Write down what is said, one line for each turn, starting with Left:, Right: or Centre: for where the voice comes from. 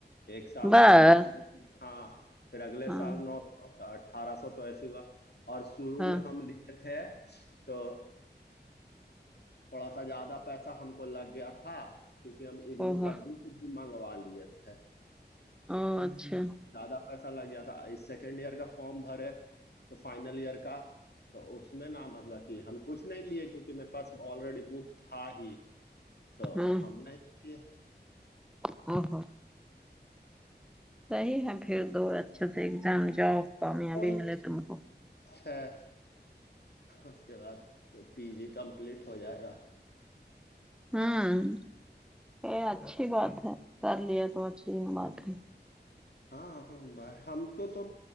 Left: ایک سال
Centre: بس
Left: کا نو س روپ ہاں پھر اگلے
Centre: ہاں
Left: سال نو اٹھارہ سو تو ایس ہوا اور شروع
Centre: ہاں
Left: میں ہم لیے تھے تو تھوڑا سا زیادہ پیسہ ہم کو لگ گیا تھا کیونکہ ہم اگنو
Centre: او ہو
Left: کا بک بھی منگوا لی تھے
Centre: او اچھا
Left: زیادہ کیسا لگ گیا تھا سیکنڈ ایئر کا فارم بھرے تو فائنل ایئر کا تو اس میں نہا مطلب کہ ہم کچھ نہیں لیے کیونکہ میرے پاس آلریڈی بک تھا ہی تو
Centre: ہاں
Left: ہم نہیں لیے
Centre: <unintelligible> صحیح ہے پھر دو اچھے سے ایگزام جاؤ کامیابی
Left: وہی
Centre: ملے تم کو
Left: ہے اس کے بعد پی جی کمپلیٹ ہو جائے گا
Centre: ہوں یہ اچھی بات ہے کر لیا تو اچھی بات ہے
Left: ہاں ہم کو تو